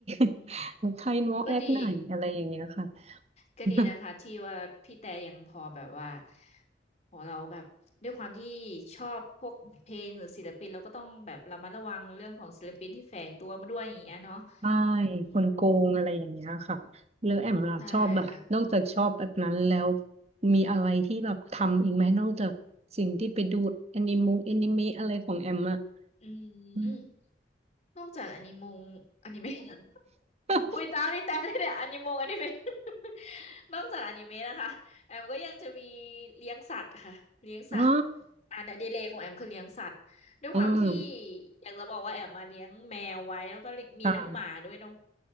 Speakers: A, on the right; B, on the left.
A: <laughs>
B: ม
A: ใครน้องแอคไหนอะไรอย่างเงี้ยค่ะ
B: ก็ดี ก็ดีนะคะที่ว่าพี่แต่ยังพอแบบว่า
A: <laughs>
B: โหเราแบบด้วยความที่ชอบพวกเพลงหรือศิลปินเราก็ต้องแบบระมัดระวังเรื่องของศิลปินที่แฝงตัวมาด้วยอย่างเงี้ยเนาะ
A: ใช่
B: อืม
A: คนโกงอะไรอย่างเงี้ยค่ะแล้วแอมล่ะชอบแบบนอกจากชอบแบบนั้นแล้ว
B: ใช่ค่ะ
A: มีอะไรที่แบบทำอีกไหมนอกจากสิ่งที่ไปดูแอนิมงแอนิเมะอะไรของแอมอะ
B: อื
A: อืม
B: มนอกจากอนิมงอนิเมะ <laughs>
A: <laughs>
B: คุยตามนี่แต่นี่เนี่ยอนิมงอนิเมะ <laughs> นอกจากอนิเมะนะคะแอมก็ยังจะมีเลี้ยงสัตว์ค่ะเลี้ยงสัตว์
A: อ๋อ
B: อันอดิเรกของแอมคือเลี้ยงสัตว์ด้วยความที่
A: อืม
B: อยากจะบอกว่าแอมมาเลี้ยงแมวไว้แล้วก็มีน้องหมาด้วยน้อง
A: ค่ะ